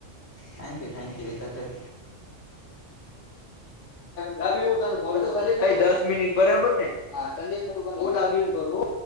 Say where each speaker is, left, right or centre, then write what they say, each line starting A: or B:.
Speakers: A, on the left; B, on the left.
A: થેન્કયુ થેન્કયુ વિકાસભાઈ.
B: <unintelligible> દસ મિનિટ બરાબરને? હું તને કોલ કરું.